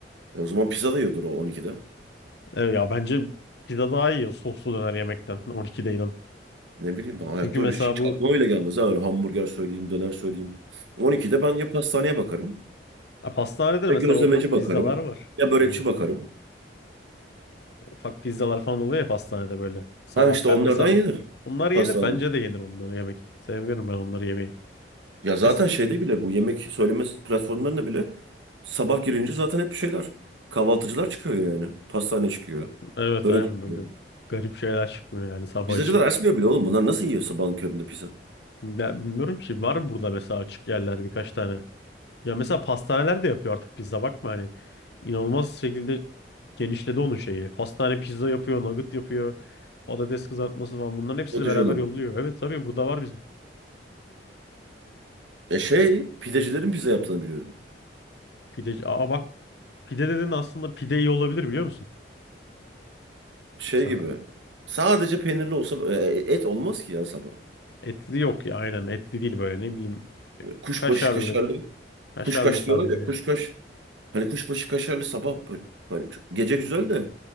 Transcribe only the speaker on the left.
Evet ya bence pizza daha iyi soslu döner yemekten 12'de inan.
Çünkü mesela
bu
Ya pastanede de
mesela
o pizzalar
var.
Yani
ufak pizzalar falan oluyor ya pastanede böyle. Sabah
ben
mesela
onlar yenir.
Bence de yenir onları yemek. Seviyorum ben onları yemeyi.
Es-
Evet
aynen
böyle garip şeyler çıkmıyor yani sabah
için.
Ya bilmiyorum ki var mı burada mesela açık yerler birkaç tane. Ya mesela pastaneler de yapıyor artık pizza bakma hani inanılmaz şekilde genişledi onun şeyi. Pastane pizza yapıyor, nugget yapıyor, patates kızartması falan bunların hepsini
beraber
yolluyor. Evet tabii burada var bizim.
Pideci. Aa bak pide dedin aslında pide iyi olabilir biliyor musun?
Mesela
etli yok ya aynen etli değil böyle ne bileyim
kaşarlı
kaşarlı
sadece.